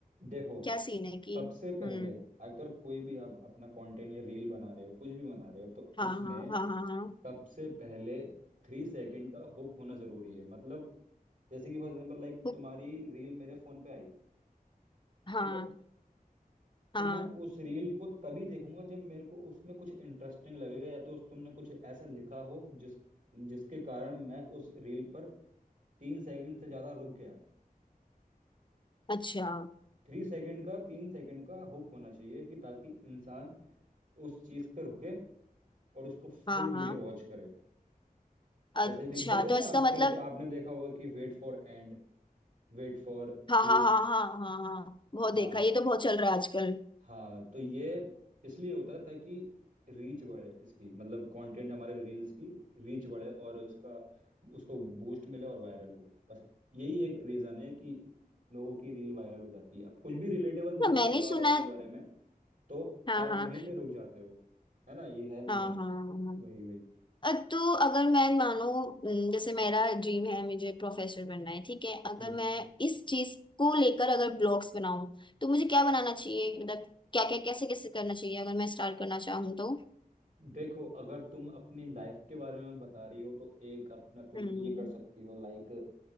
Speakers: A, on the right; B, on the left.
A: देखो
B: क्या सीन है कि
A: सबसे पहले
B: हम्म
A: अगर कोई भी आप अपना कंटेंट या रील बना रहे हो कुछ भी बना रहे हो तो
B: हाँ
A: उसमें
B: हाँ हाँ हाँ हाँ
A: सबसे पहले थ्री सेकंड का हुक होना जरूरी है मतलब जैसे कि फॉर एग्जांपल लाइक
B: हुक-
A: तुम्हारी रील मेरे फोन पे आई
B: हाँ
A: ठीक है
B: हाँ
A: तो मैं उस रील को तभी देखूंगा जब मेरे को उसमें कुछ इंटरेस्टिंग लगेगा या तो उस तुमने कुछ ऐसा लिखा हो जिस जिसके कारण मैं उस रील पर तीन सेकंड से ज्यादा रुक गया
B: अच्छा
A: थ्री सेकंड का तीन सेकंड का हुक होना चाहिए कि ताकि इंसान उस चीज पे रुके और उसको फुल
B: हाँ हाँ
A: वीडियो वॉच करे जैसे
B: अच्छा
A: लिख देते हैं
B: तो
A: ना
B: इसका
A: आजकल
B: मतलब
A: के आपने देखा होगा कि wait for end wait for
B: हाँ
A: twist,
B: हाँ हाँ हाँ हाँ हाँ बहुत
A: हाँ
B: देखा ये तो बहुत चल रहा है आजकल
A: हाँ तो ये इसलिए होता है ताकि रीच बढ़े इसकी मतलब कंटेंट हमारे रील्स की रीच बढ़े और उसका उसको बूस्ट मिले और वायरल हो बस यही एक रीजन है कि लोगों की रील वायरल हो जाती है अब कुछ भी रिलेटेबल देखते
B: तो मैंने
A: हो आप
B: सुना
A: अपने
B: है।
A: बारे में तो
B: हाँ
A: आप
B: हाँ
A: वहीं पे रुक जाते हो है ना ये है नहीं
B: हाँ
A: है
B: हाँ हाँ
A: वही वही
B: अ, तो अगर मैं मानो न, जैसे मेरा ड्रीम है मुझे प्रोफेसर बनना है ठीक है अगर
A: हम्म हम्म।
B: मैं
A: हम्म।
B: इस चीज को लेकर अगर ब्लॉग्स बनाऊं तो मुझे क्या बनाना चाहिए मतलब क्या क्या कैसे कैसे करना चाहिए अगर मैं स्टार्ट करना चाहूँ तो
A: देखो अगर तुम अपनी लाइफ के बारे में बता रही हो तो एक अपना तुम
B: हम्म
A: ये कर सकती हो लाइक